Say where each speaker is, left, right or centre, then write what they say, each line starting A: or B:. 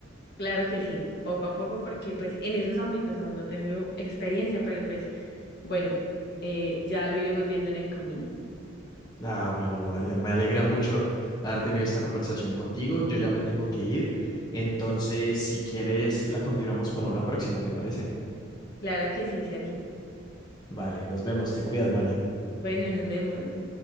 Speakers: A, on the left; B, on the left.
A: Claro que sí, poco a poco, porque pues en esos ámbitos aún no tengo experiencia, pero pues bueno, eh, ya lo iremos viendo en el camino.
B: Ah, bueno, María, me alegra mucho haber tenido esta conversación contigo. Yo ya me tengo que ir, entonces si quieres la continuamos para una próxima, ¿te parece?
A: Claro que sí, Sergio.
B: Vale, nos vemos, te cuidas, María.
A: Bueno, nos vemos.